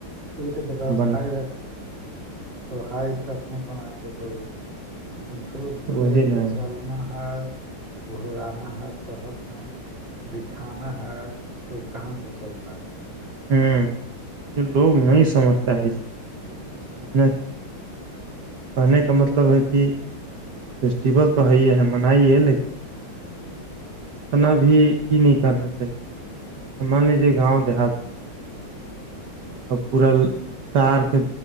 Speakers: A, on the right; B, on the right.
A: ایک جگہ اسائی
B: بنا
A: ر تو ہائٹ کتنا بنا کو ان فروخ کو
B: وہی
A: لے کے
B: نا
A: چلنا ہے وہ رہنا ہے شہر میں دکھانا ہے تو وہ کہاں سے چل پائے گا
B: ہوں یہ لوگ نہیں سمجھتا ہے اس سب چیز کو سمجھنا چاہیے <unintelligible> کہنے کا مطلب ہے کہ فیسٹیول تو ہے ہے منائی ہے لیکن اتنا بھی یہ نہیں کرنا چاہیے مان لیجیے گاؤں دیہات اور پورا تار کے